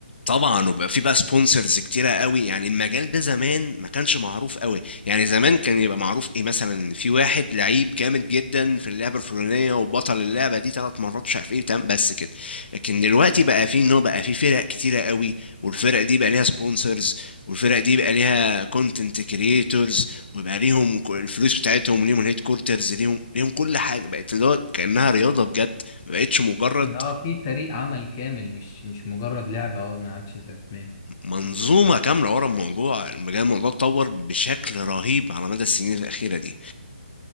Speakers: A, on the left; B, on the left.
A: طبعا وبقى في بقى سبونسرز كتيره قوي يعني المجال ده زمان ما كانش معروف قوي يعني زمان كان يبقى معروف ايه مثلا إن في واحد لعيب جامد جدا في اللعبه الفلانيه وبطل اللعبه دي ثلاث مرات مش عارف ايه تمام بس كده لكن دلوقتي بقى في ان هو بقى في فرق كتيره قوي والفرق دي بقى ليها سبونسرز والفرق دي بقى ليها كونتنت كريتورز ويبقى ليهم ك- الفلوس بتاعتهم وليهم الهيد كورترز ليهم ليهم كل حاجه بقت اللي هو كانها رياضه بجد ما بقتش مجرد
B: ان اه في فريق عمل كامل مش مش مجرد لعبة اه ما عادش زي زمان
A: منظومة كاملة ورا الموضوع بجد الموضوع اتطور بشكل رهيب على مدى السنين الأخيرة دي